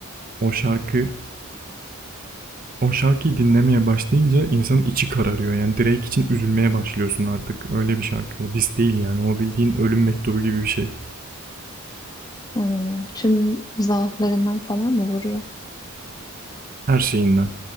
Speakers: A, on the right; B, on the left.
A: o şarkı O şarkıyı dinlemeye başlayınca insanın içi kararıyor. Yani Drake için üzülmeye başlıyorsun artık. Öyle bir şarkı. O diss değil yani. O bildiğin ölüm mektubu gibi bir şey.
B: Hmm, tüm zaaflarından falan mı vuruyor?
A: Her şeyinden.